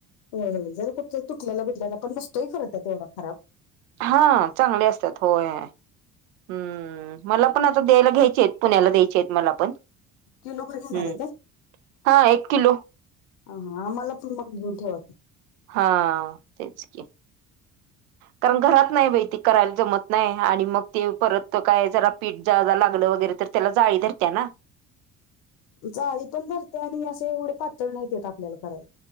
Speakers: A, on the left (about 60°); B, on the right (about 70°).
A: हो हो जर कुठचं तुटल्याला बिटल्याला पण नसतोय खरं त्यात एवढा फरक.
B: हा चांगली असत्यात होय. हम्म मलापण आता द्यायला घ्यायची हायत, पुण्याला द्यायची हायत मलापण.
A: किलो भर घेणार
B: हम्म,
A: आहे काय?
B: हां एक किलो.
A: अं आम्हाला पुढे मग घेऊन ठेवाकी.
B: हा तेच की. कारण घरात नाही बाई ते करायला जमत नाही आणि मग ते परत काय जरा पीठ ज्यादा लागलं वगैरे तर त्याला जाळी धरत्या ना.
A: जाळी पण धरत्या आणि असे एवढे पातळ नाहीत येत आपल्याला कराय.